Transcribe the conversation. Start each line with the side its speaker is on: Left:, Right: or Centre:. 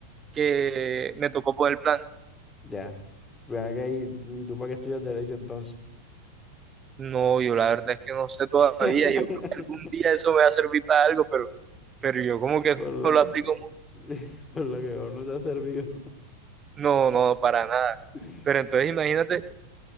Right: que me tocó por el plan.
Left: Ya. Ve acá y, y tú para qué estudias derecho entonces.
Right: No, yo la verdad es que no sé todavía.
Left: <laughs>
Right: Yo creo que algún día eso me va a servir para algo, pero, pero yo como que
Left: Por lo,
Right: no lo aplico. mu-
Left: <laughs> por lo que aún no te ha servido.
Right: No, no, para nada.
Left: <laughs>
Right: Pero entonces imagínate